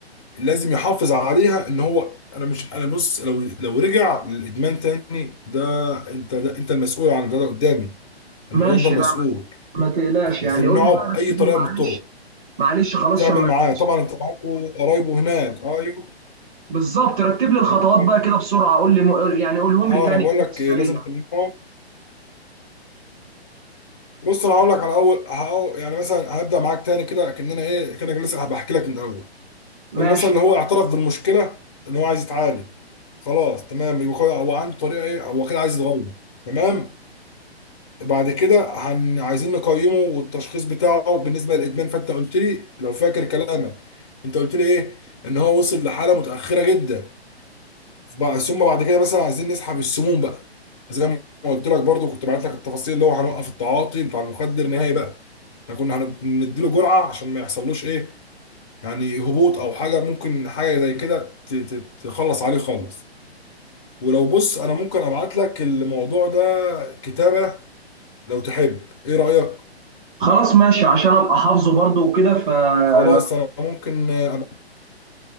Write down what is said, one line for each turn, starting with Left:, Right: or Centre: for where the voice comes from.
Left: لازم يحافظ عليها ان هو انا مش انا بص لو لو رجع للادمان تاني ده انت ده انت المسؤول عن ده, ده قدامي
Right: ماشي
Left: الموضوع انت المسؤول
Right: لا ما تقلقش يعني
Left: انت تمنعه
Right: قول لي بقى رتب
Left: باي طريقه
Right: لي معلش
Left: من الطرق
Right: معلش خلاص
Left: تعمل
Right: عشان ما
Left: معاه
Right: انساش
Left: طبعا انت معاكوا قرايبه هناك آه، ايوه
Right: بالظبط رتب لي الخطوات
Left: طب-
Right: بقى كده بسرعه قول لي يعني قولهم
Left: اه
Right: لي تاني
Left: انا بقول
Right: كده
Left: لك
Right: في السريع
Left: إيه، لازم تمنعه بص انا هقول لك على اول هقو يعني مثلا هبدا معاك تاني كده كاننا ايه كانك لسه بحكي لك من الاول
Right: ماشي
Left: اللي مثلا اللي هو اعترف بالمشكله ان هو عايز يتعالج خلاص تمام يبقى هو هو عنده طريقه ايه هو كده عايز يتغير تمام بعد كده هن... عايزين نقيمه والتشخيص بتاعه بالنسبه للادمان فانت قلت لي لو فاكر كلامك انت قلت لي ايه ان هو وصل لحاله متاخره جدا بقى ثم بعد كده مثلا عايزين نسحب السموم بقى زي ما قلت لك برضو كنت بعت لك التفاصيل اللي هو هنوقف التعاطي بتاع المخدر نهائي بقى احنا كنا هن- هنديله جرعه عشان ما يحصلوش ايه يعني هبوط او حاجه ممكن حاجه زي كده ت- ت- تخلص عليه خالص ولو بص انا ممكن ابعت لك الموضوع ده كتابه لو تحب ايه رايك
Right: خلاص ماشي عشان ابقى حافظه برضه وكده فلو
Left: خلاص انا ممكن أبقى...